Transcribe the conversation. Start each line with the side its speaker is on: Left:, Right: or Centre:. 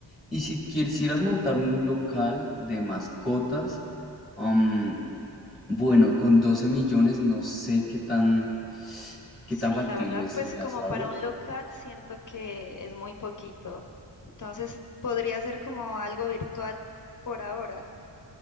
Centre: Y si quisieras montar un local de mascotas, am, bueno, con 12 millones no sé qué tan, qué
Left: Sí,
Centre: tan factible
Left: la verdad,
Centre: sea,
Left: pues como
Centre: ¿sabes?
Left: para un local siento que es muy poquito. Entonces podría ser como algo virtual por ahora,